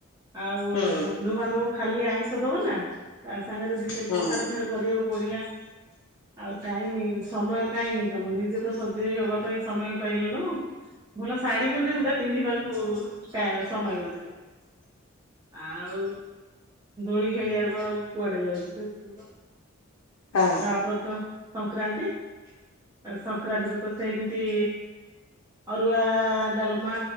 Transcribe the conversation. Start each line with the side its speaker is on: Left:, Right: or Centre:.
Right: ଆଉ
Left: ହୁଁ
Right: ବନ୍ଧୁବାନ୍ଧବ ଖାଲି ଆଇଁଷ ଦବ ନା ତା ସାଙ୍ଗରେ ଦି ଚାରି
Left: ହୁଁ
Right: ପ୍ରକାର ଫେରେ କରିବାକୁ ପଡିଲା ଆଉ ଟାଇମି ସମୟ କାଇଁ ତମେ ନିଜେ ତ ସଜେଇ ହବା ପାଇଁ ସମୟ ପାଇଲୁନୁ ଭଲ ଶାଢୀ ଖଣ୍ଡେ ସୁଦା ପିନ୍ଧିବାକୁ ଟା ସମୟ ନଥିଲା।
Left: <inaudible> <inaudible>
Right: ଆଉ ଦୋଳି ଖେଳିବାକୁ ଆଉ କୁଆଡେ ଯାଉଚି ଦୋଳି ଖେଳିଲ
Left: ହଁ
Right: ତାପରେ ତ ସଂକ୍ରାନ୍ତି ଆଉ ସଂକ୍ରାନ୍ତିରେ ତ ସେମତି ଅରୁଆ ଡାଲମା